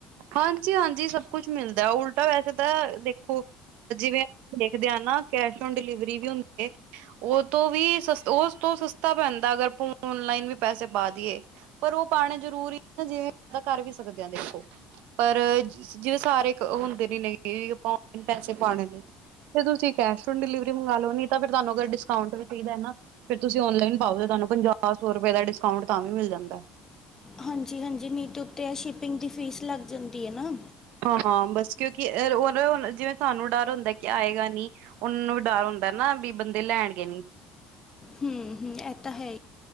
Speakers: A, on the right; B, on the left.
A: ਹਾਂਜੀ। ਹਾਂਜੀ। ਸਭ ਕੁਝ ਮਿਲਦਾ ਉਲਟਾ ਵੈਸੇ ਤਾਂ ਦੇਖੋ, ਜਿਵੇਂ ਦੇਖਦੇ ਆ ਨਾ ਕੈਸ਼ ਔਨ ਡਿਲੀਵਰੀ ਵੀ ਹੁੰਦੀ ਹ, ਉਹ ਤੋਂ ਵੀ ਉਸ ਤੋਂ ਸਸਤਾ ਪੈਂਦਾ, ਅਗਰ ਔਨਲਾਈਨਦ ਵੀ ਪੈਸੇ ਪਾ ਦੀਏ, ਪਰ ਉਹ ਪਾਣੀ ਜਰੂਰੀ ਨਾ ਜੇ ਕਰ ਵੀ ਸਕਦੇ ਆ ਦੇਖੋ। ਪਰ ਜਿਵੇਂ ਸਾਰੇ ਓ ਹੁੰਦੇ ਨੇ ਫੋਨ ਚ ਪੈਸੇ ਪਾਣੇ, ਤੇ ਤੁਸੀਂ ਕੈਸ਼ ਓਂਨ ਡਿਲਿਵਰੀ ਮੰਗਾ ਲਓ ਨਹੀਂ ਤਾਂ, ਫਿਰ ਤੁਹਾਨੂੰ ਅਗਰ ਡਿਸਕਾਉਂਟ ਵੀ ਚਾਹੀਦਾ ਨਾ, ਫਿਰ ਤੁਸੀਂ ਔਨਲਾਈਨ ਪਾਓ, ਤੁਹਾਨੂੰ ਪੰਜਾ- ਸੋ ਦਾ ਡਿਸਕਾਉਂਟ ਤਾਂ ਵੀ ਮਿਲ ਜਾਂਦਾ ਐ।
B: ਹਾਂਜੀ। ਹਾਂਜੀ। ਨੀਟੂ ਕੈਸ਼ ਈ ਫੀਸ ਲੱਗ ਜਾਂਦੀ ਏ ਨਾ
A: ਹਾਂ, ਬਸ ਕਿਉਂਕਿ ਉਹ ਜਿਵੇਂ ਸਾਨੂੰ ਡਰ ਹੁੰਦਾ ਕਿ, ਆਏਗਾ ਨੀ ਉਹਨਾਂ ਨੂੰ ਵੀ ਡਰ ਹੁੰਦਾ ਨਾ ਵੀ ਬੰਦੇ ਲੈਣਗੇ ਨੀ।
B: ਹੂੰ ਹੂੰ ਇਹ ਤਾਂ ਹੈ